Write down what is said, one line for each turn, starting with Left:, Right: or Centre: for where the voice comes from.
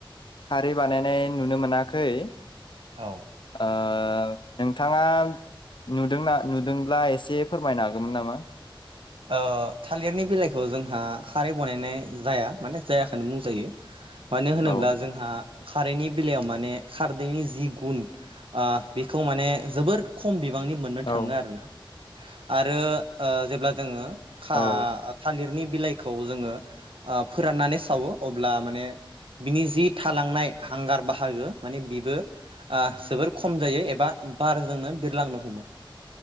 Left: खारै बानायनाय नुनो मोनाखै
Right: औ
Left: ओ नोंथाङा नुदोंना नुदोंब्ला एसे फोरमायनो हागौमोन नामा
Right: ओ थालिरनि बेलाइखौ जोंहा खारै बानायनाय जाया माने जायाखोनो बुंजायो मानो होनोब्ला
Left: औ
Right: जोंहा खारैनि बेलायाव माने खारदैनि जि गुन ओ बेखौ माने जोबोर खम' बि बांनि मोननो
Left: औ
Right: थाङो आरो ना आरो ओ जेब्ला जोङो खा
Left: औ
Right: थालिरनि बिलाइखौ जोङो ओ फोराननानै सावो अब्ला माने बिनि जि थालांनाय हांगार बाहागो माने बिबो ओ जोबोर खम जायो एबा बारजोंनो बिरलांनो हमो।